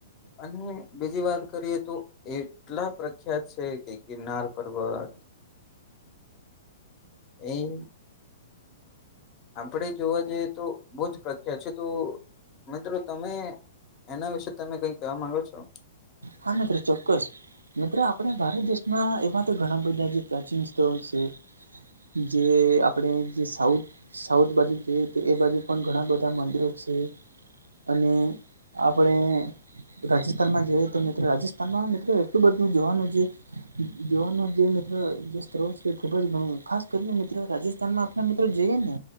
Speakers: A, on the left; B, on the right.
A: અને બીજી વાત કરીએ તો એ એટલા પ્રખ્યાત છે કે ગિરનાર પર્વત એ આપણેે જોવા જઈએ તો બહુ જ પ્રખ્યાત છે તો મિત્રો તમે એના વિશે તમે કઈ કહેવા માંગો છો
B: હા મિત્રો ચોક્કસ મિત્ર આપણા ભારત દેશમાં એવા તો ઘણા બધા જે પ્રાચીન સ્થળો છે જે આપડે જે સાઉથ સાઉથ બાજુ જઈએ તો એ બાજુ પણ ઘણા બધા મંદિરો છે અને આપણે રાજસ્થાનમાં જે તો મિત્રો રાજસ્થાનમાં મિત્રો એટલું બધું જોવાનું છે જવાનો જે મિત્ર જે સ્ત્રોત છે ખુબ જ ઘણું ખાસ કરીને મિત્રો રાજેશ ત આપણા મિત્રો જગે ને